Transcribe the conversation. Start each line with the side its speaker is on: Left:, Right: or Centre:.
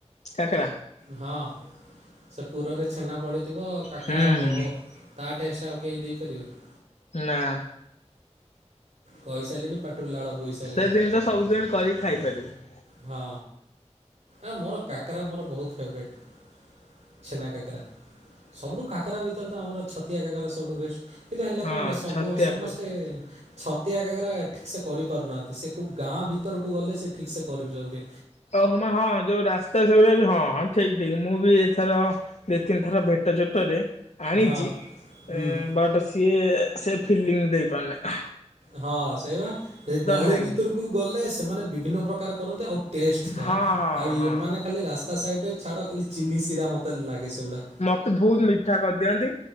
Left: କାକରା।
Right: ହଁ ସେ ପୁରରେ ଛେନା ପଡ଼ିଥିବ କାକରା
Left: ହୁଁ
Right: ହବ
Left: ହୁଁ
Right: ଓହୋ। ତା ଟେଷ୍ଟ ଆଉ କେହି ଦେଇପାରିବେନି।
Left: ନାଁ।
Right: କହିସାଇଲେଣି ପାଟିରୁ ଲାଳ ବୋହିସାରିଲାଣି
Left: ସେ ଜିନିଷ ସବୁଦିନ କରିକି ଖାଇପାରିବୁ।
Right: ହଁ ଏ ମୋର କାକରା ମୋର ବହୁତ ଫେବରାଇଟ। ଛେନା କାକରା, ସବୁଠୁ କାକରା ଭିତରେ ତ ଆମର ଛତିଆ କାକରା ସବୁଠୁ ବେଷ୍ଟ। କିନ୍ତୁ ହେଲେ
Left: ହଁ
Right: କଣ ହେଲା ସବୁ
Left: ଛତିଆ
Right: ସମସ୍ତେ।
Left: ପ୍ରସାଦ
Right: ଛତିଆ କାକରା ଠିକ୍ ସେ କରିପାରୁନାହାଁନ୍ତି, ସେକଉ ଗାଁ ଭିତରକୁ ଗଲେ ସେ ଠିକ୍ ସେ କରୁଚନ୍ତି।
Left: ତ ହୁମା ହଁ ଯୋଉ ରାସ୍ତା ସେଗୁଡାକ ବି ହଁ ହଁ ଠିକ୍ ଠିକ୍ ମୁଁ ବି ଏଥର ଦି ତିନି ଥର ଭେଟ ଜୋଟରେ ଆଣିଚି
Right: ହଁ ହୁଁ
Left: ଏ ବଟ, ଇଏ ସେ ଫିଲିଙ୍ଗ ଦେଇପାରୁନାହିଁ।
Right: ହଁ ସେଇବା ଏ ଗଳି
Left: ନାହିଁ
Right: ଭିତରକୁ ଗଲେ ସେମାନେ ବିଭିନ୍ନ ପ୍ରକାର କରନ୍ତି ଆଉ, ଟେଷ୍ଟ ଥାଏ
Left: ହଁ ହଁ
Right: ଆଉ ଏ
Left: ହଁ
Right: ମାନେ ଖାଲି ରାସ୍ତା ସାଇଟିରେ ଛାଡ଼ ଖାଲି ଚିନି ଶିରା ମୋତେ ଲାଗେ ସେଗୁଡ଼ା।
Left: ମତେ ବହତ ମିଠା କରିଦିଅନ୍ତି,